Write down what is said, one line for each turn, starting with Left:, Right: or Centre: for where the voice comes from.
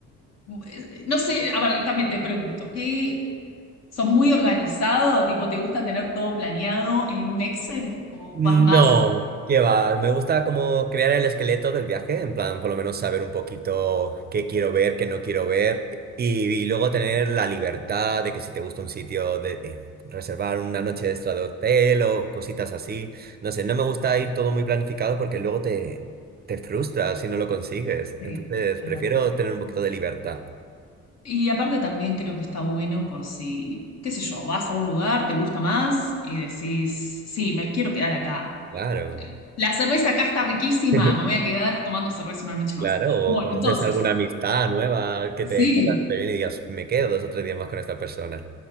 Left: Eh, No sé, a ver, también te pregunto, ¿qué, sos muy organizado? Tipo, ¿te gusta tener todo planeado en un Excel o
Right: No,
Left: vas más...
Right: ¿Qué va? Me gusta como crear el esqueleto del viaje, en plan, por lo menos saber un poquito qué quiero ver, qué no quiero ver, y, y luego tener la libertad de que si te gusta un sitio, de eh, reservar una noche extra de hotel o cositas así. No sé, no me gusta ir todo muy planificado porque luego te, te frustras si no lo consigues.
Left: Sí,
Right: Entonces,
Left: es
Right: prefiero
Left: verdad.
Right: tener un poquito de libertad.
Left: Y aparte también creo que está bueno por si, qué sé yo, vas a un lugar, te gusta más y decís, sí, me quiero quedar acá.
Right: Claro.
Left: La cerveza acá está riquísima,
Right: <laughs>
Left: me voy a quedar tomando cerveza una noche más.
Right: Claro,
Left: Bueno,
Right: o conoces
Left: entonces,
Right: alguna amistad nueva que
Left: sí,
Right: te caiga súper bien y digas, me quedo dos o tres días más con esta persona.